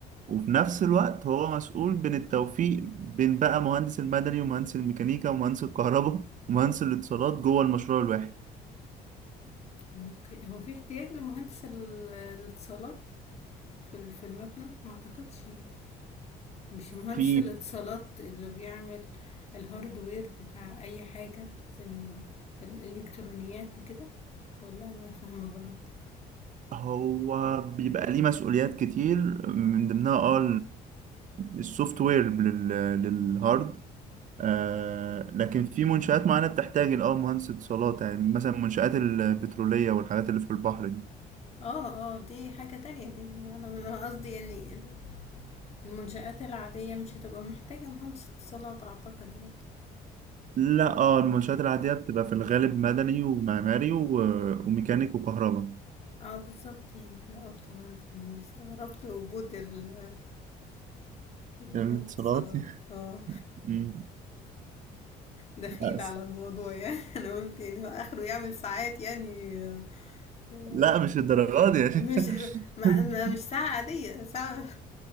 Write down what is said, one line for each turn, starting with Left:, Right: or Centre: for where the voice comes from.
Right: وفي نفس الوقت هو مسؤول بين التوفيق بين بقى مهندس المدني ومهندس الميكانيكا ومهندس الكهرباء ومهندس الاتصالات جوه المشروع الواحد
Left: اوكي هو في احتياج لمهندس ال- الاتصالات في ال- في المبنى ما اعتقدش يعني. مش مهندس
Right: في
Left: الاتصالات اللي بيعمل الهاردوير بتاع اي حاجة زي ال- الالكترونيات وكده ولا انا فاهمة غلط
Right: هو بيبقى ليه مسؤوليات كتير من ضمنها اه السوفت وير للهارد آه لكن في منشآت معينة بتحتاج اه مهندس اتصالات يعني مثلا المنشآت البترولية والحاجات اللي في البحر دي
Left: اه اه دي حاجة تانية دي انا أنا قصدي يعني ال- المنشآت العادية مش هتبقى محتاجة مهندس اتصالات اعتقد يعني
Right: لا اه المنشآت العادية بتبقى في الغالب مدني ومعماري و- وميكانيك وكهرباء
Left: اه بالظبط يعني انا قلت برضه يعني استغربت وجود ال- الاتصالات
Right: يعني اتصالات <laughs>
Left: اه
Right: مم.
Left: دخيل
Right: بس.
Left: على الموضوع يعني <laughs> <applause> انا قلت يعني هو اخره يعمل ساعات يعني آه، آه،
Right: لا مش الدرجات دي يعني
Left: مش ما
Right: <laughs>
Left: ما مش ساعة عادية ساعة